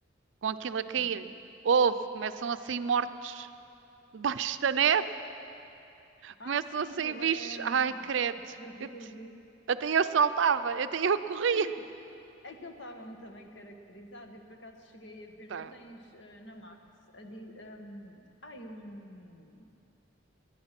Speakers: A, on the right; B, on the left.
A: com aquilo a
B: Sim.
A: cair, houve, começam a sair mortos <laughs> debaixo da neve,
B: Ah,
A: começam
B: sim,
A: a sair
B: aquilo
A: bichos.
B: é. hum,
A: Ai, credo.
B: Eu vi,
A: Eu te-
B: eu vi.
A: até eu saltava, até eu corria.
B: Mas aqui, aquilo estava muito bem caracterizado e por acaso cheguei a ver.
A: Tá.
B: Tu tens eh, na Max a di- hum, ai, um,